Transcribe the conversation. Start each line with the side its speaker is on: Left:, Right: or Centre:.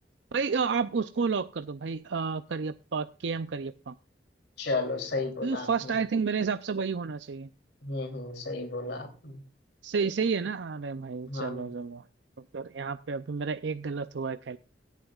Right: भाई अ, आप उसको लॉक कर दो भाई अ, करियप्पा के एम करियप्पा
Left: चलो सही बोला
Right: क्योंकि
Left: आपने
Right: फर्स्ट आई थिंक मेरे हिसाब से वही होना चाहिए
Left: हम्म हम्म सही बोला आपने
Right: सही सही है ना अरे भाई
Left: हाँ
Right: चलो चलो तो फिर यहाँ पे अभी मेरा एक गलत हुआ है